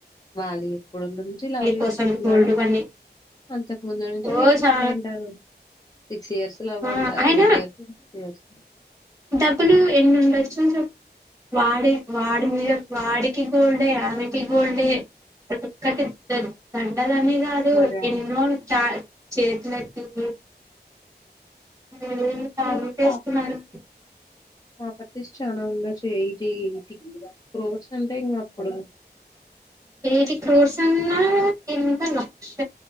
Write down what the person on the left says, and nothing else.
వాళ్ళు ఎప్పుడో నుంచి లవ్ చేసుకుంటున్నారు
అంతకు ముందు నుంచే
చెప్పిచ్చుకుపోయింటారు
సిక్స్ ఇయర్స్ లవ్
అంట
ఎయిట్ ఇయర్స్ సిక్స్ ఇయర్స్
మరి ఆ
కానీ
ప్రాప్ ప్రాపర్టీస్ చాలా ఉండొచ్చు ఎయిటీ ఎయిటీ క్రోర్స్ అంటే ఇంగప్పుడు